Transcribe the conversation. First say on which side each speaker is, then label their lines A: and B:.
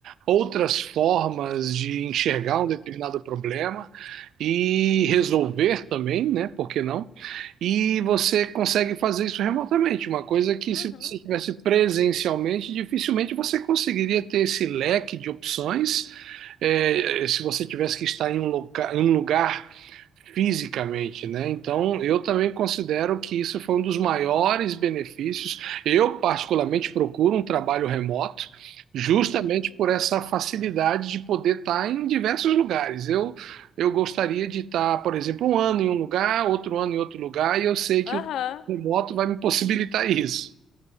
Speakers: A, on the right (about 80°); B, on the left (about 75°).
A: outras formas de enxergar
B: uhum,
A: um determinado problema e resolver também, né? Por que não? E você consegue fazer isso remotamente, uma coisa que
B: uhum,
A: se você estivesse presencialmente, dificilmente você conseguiria ter esse leque de opções. É, se você tivesse que estar em um loca- em um lugar fisicamente, né? Então, eu também considero que isso foi um dos maiores benefícios. Eu, particularmente, procuro um trabalho remoto, justamente
B: uhum,
A: por essa facilidade de poder estar em diversos lugares. Eu, eu gostaria de estar, por exemplo, um
B: uhum.
A: ano em um lugar, outro ano em outro lugar, e eu sei
B: Aham.
A: que o remoto vai me possibilitar isso.